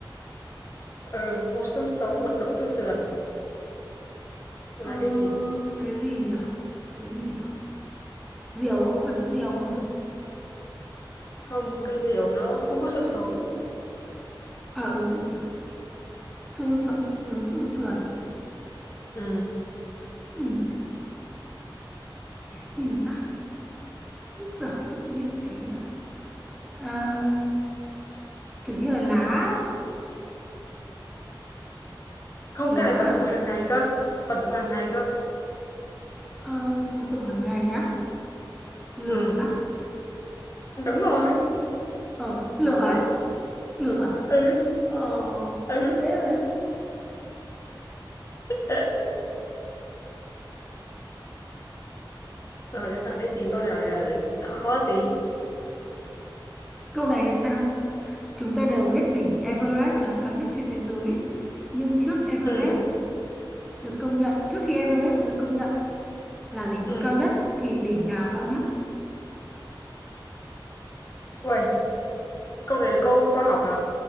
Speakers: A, on the left (about 35°); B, in the centre.
A: ừ, một xương sống một đống xương sườn là
B: ờ,
A: cái gì
B: cái gì nhỉ cái gì nhỉ diều à có phải cái diều không nhỉ
A: không cái diều nó không có xương sống
B: à ừ nhỉ xương sống đấu xương sườn
A: ừ.
B: ừ. cái gì nhá chứ giờ sao tự nhiên lại thế nhỉ à, kiểu như là lá
A: không
B: lá
A: cái này vật dụng
B: à?
A: hàng ngày cơ vật dụng hàng ngày cơ
B: ờ, dụng hàng ngày á lược
A: ừ.
B: á
A: đúng rồi
B: ờ lược
A: nó
B: à
A: đấy
B: lược à
A: ừ
B: ờ
A: ừ
B: dễ rồi
A: <laughs> rồi đến bạn đấy tìm câu nào là khó khó tí
B: câu này thì sao chúng ta đều biết đỉnh Everest là cao nhất trên thế giới nhưng trước Everest
A: ừ
B: được công nhận trước khi Everest được công nhận là đỉnh
A: ừ
B: núi cao nhất thì đỉnh nào cao nhất
A: Uầy, Câu này là câu khoa học à?